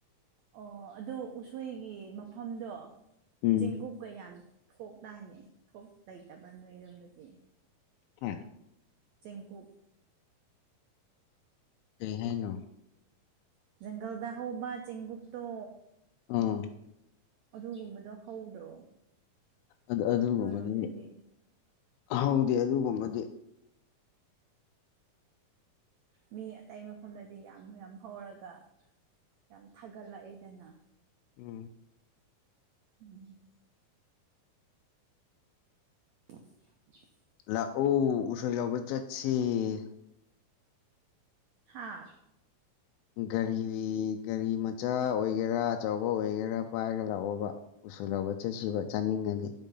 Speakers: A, on the right; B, on the left.
A: ꯑꯣ ꯑꯗꯨ ꯎꯁꯣꯏꯒꯤ ꯃꯐꯝꯗꯣ
B: ꯎꯝ
A: ꯆꯦꯡꯀꯣꯛ ꯀꯌꯥꯝ ꯊꯣꯛꯗꯥꯏꯅꯦ ꯊꯣꯛ ꯂꯩꯇꯕ꯭ꯔꯥ ꯅꯣꯏ ꯌꯨꯝꯗꯗꯤ
B: ꯍ
A: ꯆꯦꯡꯀꯨꯞ
B: ꯀꯍꯅꯣ
A: ꯪꯒꯜꯗ ꯍꯥꯎꯧꯕ ꯆꯦꯡꯒꯇꯣ
B: ꯑ
A: ꯑꯗꯨꯒꯨꯝꯕꯗꯣ ꯍꯧꯗ꯭ꯔꯣ
B: ꯑꯗꯨ ꯑꯗꯨꯒꯨꯝꯕꯗꯤ
A: ꯅꯣꯏꯔꯣꯝꯗꯗꯤ
B: ꯍꯧꯗꯦ ꯑꯗꯨꯒꯨꯝꯕꯗꯤ
A: ꯃꯤ ꯑꯇꯩ ꯃꯐꯝꯗꯗꯤ ꯌꯥꯝ ꯌꯥꯝ ꯍꯧꯔꯒ ꯌꯥꯝ ꯊꯥꯒꯠꯂꯛꯑꯦꯗꯅ
B: ꯎꯝ
A: ꯎꯝ <unintelligible>
B: ꯂꯥꯛꯑꯣ ꯎꯁꯣꯏ ꯂꯧꯕ ꯆꯠꯁ‌ꯦ
A: ꯍꯥꯥ
B: ꯒꯥꯔꯤ ꯒꯥꯔꯤ ꯃ ꯆꯥ ꯑꯣꯏꯒꯦꯔꯥ ꯑꯆꯧꯕ ꯑꯣꯏꯒꯦꯔꯥ ꯄꯥꯏꯔꯒ ꯂꯥꯛꯑꯣꯕ ꯎꯁꯣꯏ ꯂꯧꯕ ꯆꯠꯁꯤꯕ ꯆꯥꯅꯤꯡꯉꯅꯤ